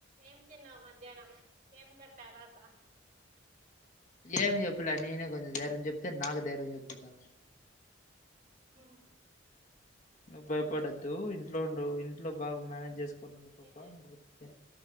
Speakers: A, on the right; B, on the left.
A: ఏం తిన్నావు మధ్యాహ్నం ఏం చెప్పారు పాప
B: ఏం చెప్పలా నేనే కొంచెం ధైర్యం చెప్తే నాకు ధైర్యం చెప్తుంది ఆమె
A: హు
B: నువ్వు భయపడొద్దు ఇంట్లో ఉండు ఇంట్లో బాగా మేనేజ్ చేసుకో ఉండిపోతావు
A: నేనే
B: అని